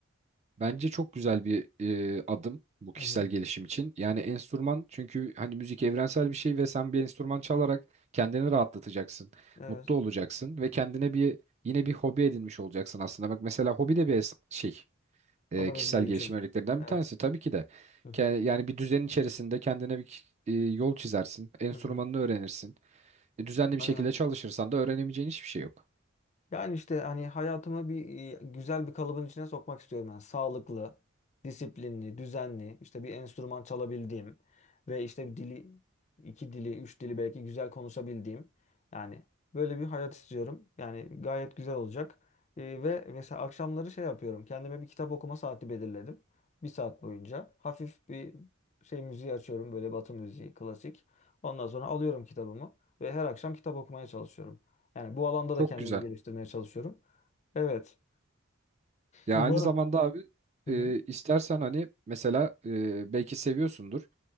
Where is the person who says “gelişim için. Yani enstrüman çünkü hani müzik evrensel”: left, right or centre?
Right